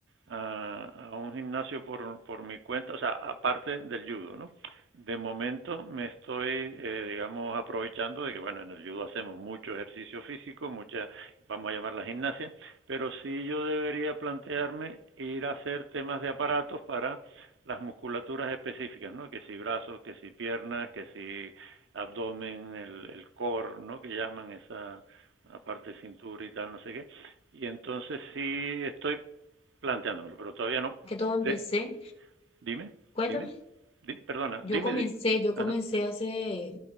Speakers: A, on the right; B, on the left.
A: a, a, un gimnasio por, por mi cuenta, o sea, aparte del judo, ¿no? De momento me estoy, eh, digamos, aprovechando de que, bueno, en el judo hacemos mucho ejercicio físico, mucha, vamos a llamar la gimnasia, pero sí yo debería plantearme ir a hacer temas de aparatos para las musculaturas específicas, ¿no? Que si brazos, que si piernas, que si abdomen, el, el core, ¿no? Que llaman esa, aparte de cintura y tal, no sé qué. Y entonces sí estoy planteándomelo, pero todavía no.
B: Más que todo
A: De,
B: empecé,
A: dime,
B: cuéntame,
A: dime, di, perdona,
B: yo
A: dime,
B: comencé,
A: di,
B: yo
A: ajá,
B: comencé hace